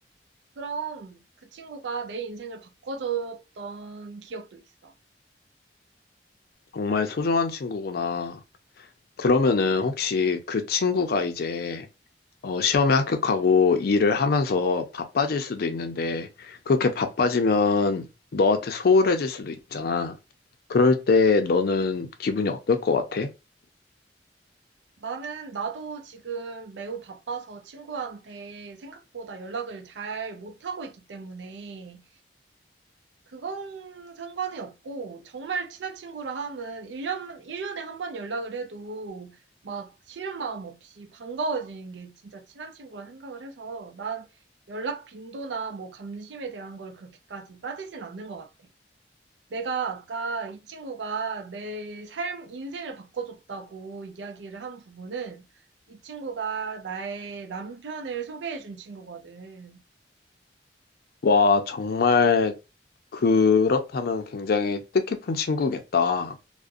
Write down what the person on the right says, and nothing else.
그럼 그 친구가 내 인생을 바꿔 줬던 기억도 있어.
나는 나도 지금 매우 바빠서 친구한테 생각보다 연락을 잘 못하고 있기 때문에 그건 상관이 없고 정말 친한 친구라 함은 1년 일년에 한번 연락을 해도 막 싫은 마음 없이 반가워지는 게 진짜 친한 친구라 생각을 해서 난 연락 빈도나 뭐 감심에 대한 걸 그렇게까지 따지진 않는 것 같아. 내가 아까 이 친구가 내 삶, 인생을 바꿔줬다고 이야기를 한 부분은 이 친구가 나의 남편을 소개해준 친구거든.